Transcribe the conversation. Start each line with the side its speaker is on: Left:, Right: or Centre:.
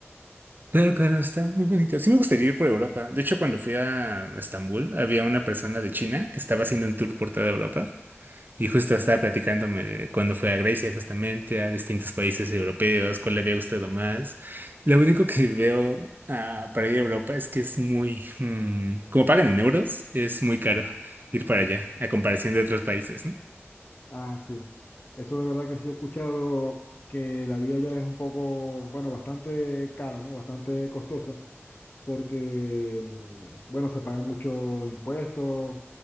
Right: Claro, claro, está muy bonito. Sí me gustaría ir por Europa. De hecho, cuando fui a Estambul, había una persona de China que estaba haciendo un tour por toda Europa. Y justo estaba platicándome de cuando fue a Grecia, justamente, a distintos países europeos, cuál le había gustado más. Lo único que veo ah, para ir a Europa es que es muy, mm, como pagan en euros, es muy caro ir para allá, a comparación de otros países, ¿no?
Left: Ah, sí. Eso de verdad que sí he escuchado que la vida ya es un poco, bueno, bastante cara, ¿no? Bastante costosa. porque, mm, bueno, se pagan muchos impuestos,